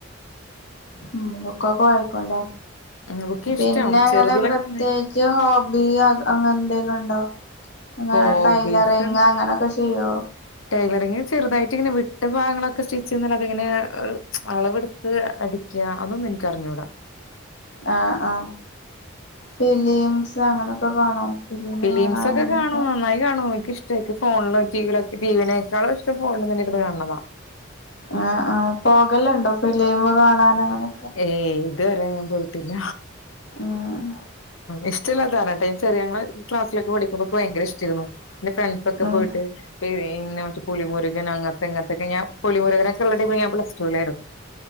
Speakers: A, on the left; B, on the left.
A: ഉ നക്കാക്കോ ആയിക്കല്ലേ
B: ബുക്ക്
A: പിന്നെ
B: ഇഷ്ടാ
A: അങ്ങനെ
B: ചെറുതിലൊക്കെ
A: പ്രത്യേകിച്ച്
B: നന്നായി
A: ഹോബി അങ്ങ എന്തലുണ്ടോ അങ്ങ
B: ഹോബീസ്
A: ടൈലറിങ് അങ്ങനൊക്കെ ചെയ്യോ
B: ടൈലറിങ്ങ് ചെറുതായിട്ട് ഇങ്ങനെ വിട്ട് ഭാഗങ്ങളൊക്കെ സ്റ്റിച്ച് ചെയാൽ അതിങ്ങനെ അളവെടുത്ത് അട അതൊന്നും എനക്ക്റിഞ്ഞൂടാ
A: ആഹ ആഹ ഫിലിംസ് അങ്ങനെയൊക്കെ കാണോ ഫിലിം
B: ഫിലിംസ്
A: കാണാൻ
B: ഒക്കെ
A: അങ്ങനൊക്കെ
B: കാണും നന്നായി കാണുമ ഇഷ്ടക്കെ ഫോണില ടി വിയിലക്കെ ടി വിനെക്കാും ഇഷ്ട ഫോണൽ കാണുന്നതാണ്
A: ആ ആഹ പോകലണ്ടോ ഫിലിം കാണാൻ അങ്ങനെ.
B: ഏയ് ഇത് വരെ ഞാൻ പോഴിടില്ല.
A: ഉം.
B: ഇഷ്ടമല്ലാധാരണട്ട ചെറ ഞങ്ങള് ക്ലാസ്സിലക്കെ പഠിക്കുമ്പോക്ക ഭയങ്ക ഇഷ്ടമായിരുന്നു എന്റെ ഫ്രണ്ട്സ ഒക്കെ
A: ഉം
B: പോയിട്ട് പിന്നെ മറ്റേ പുലിമുരുകൻ അങ്ങനത്തെങ്ങനത്തെക്കെ ഞാ പുലിമുരുകനൊക്കെ ഉള്ളടൈമിൽ ഞാൻ പ്ലസ ടുആയിരുന്നു